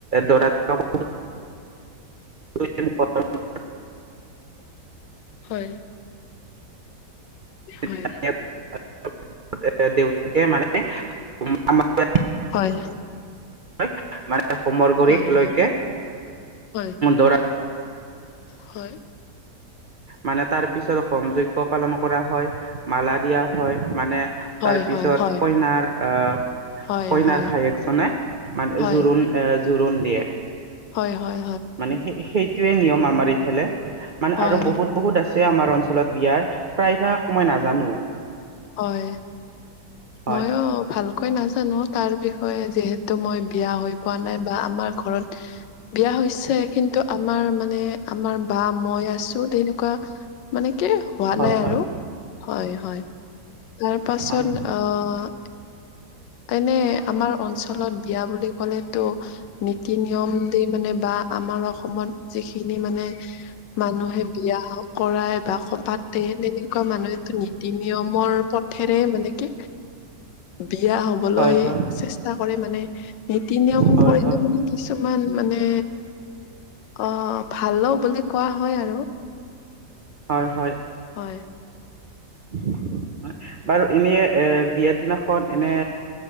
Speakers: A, on the right (about 85°); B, on the left (about 85°).
A: দৰাটো <unintelligible> <unintelligible>
B: হয়।
A: <unintelligible>
B: হয়,
A: <unintelligible> দেউতাকে মানে <unintelligible>
B: হয়।
A: হৈ মানে হোমৰ গুৰি
B: হয়, হয়,
A: লৈকে,
B: হয়।
A: দৰা
B: হয়।
A: মানে তাৰ পিছত হোম যজ্ঞ পালন কৰা হয়। মালা দিয়া হয়, মানে
B: হয়,
A: তাৰ পিছত
B: হয়, হয়,
A: কইনাৰ আহ
B: হয়,
A: কইনাৰ
B: হয়,
A: ভায়েকজনে মানে
B: হয়, হয়, হয়।
A: জোৰোণ এ জোৰোণ দিয়ে।
B: হয়, হয়,
A: মানে সেই সেইটোয়ে নিয়ম আমাৰ এইফালে, মানে
B: হয়,
A: আৰু বহুত বহুত আছে ছে, আমাৰ অঞ্চলত বিয়াৰ, প্ৰায় ভাগ মই নাজানো
B: হয়।
A: হয়
B: ময়ো ভালকৈ নাজানো তাৰ বিষয়ে, যিহেতু মই বিয়া হৈ পোৱা নাই। বা আমাৰ ঘৰত বিয়া হৈছে কিন্তু আমাৰ মানে আমাৰ বা মই আছো তেনেকুৱা মানে। কে, হোৱা
A: হয়
B: নাই
A: হয়
B: আৰু হয় হয় তাৰ পাছত
A: হয়
B: অ' এনে আমাৰ অঞ্চলত বিয়া বুলি ক'লেতো নীতি-নিয়ম দি মানে বা আমাৰ অসমত যিখিনি মানে মানুহে বিয়া কৰায় বা পাতে তেনেকুৱা মানুহো খিনিয়ে নীতি-নিয়ম নিয়মৰ পথেৰে মানে কি বিয়া হবলৈঊ
A: হয় হয়
B: চেষ্টা কৰে মানে। নীতি-নিয়ম
A: হয়
B: বোৰ
A: হয়
B: একদম মানে কিছুমান মানে অ ভালো বুলি কোৱা হয় আৰু।
A: হয় হয়।
B: হয়
A: হয়, বাৰু এনে এ বিয়াৰ দিনাখন এনে